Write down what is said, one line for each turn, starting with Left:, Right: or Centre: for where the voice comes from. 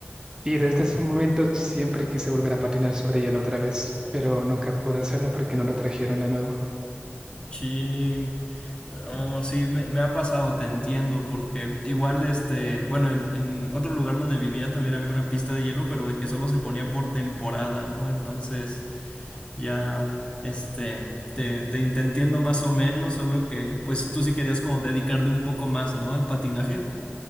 Right: y desde ese momento siempre quise volver a patinar sobre hielo otra vez, pero nunca pude hacerlo porque no lo trajeron de nuevo.
Left: chin. Oh, sí, me, me ha pasado, te entiendo, porque igual este, bueno, en, en otro lugar donde vivía también había una pista de hielo, pero de que solo se ponía por temporada, ¿no? Entonces, ya, este, te, te, te entiendo más o menos, solo que, pues si tú sí querías como dedicarle un poco más, ¿no? Al patinaje.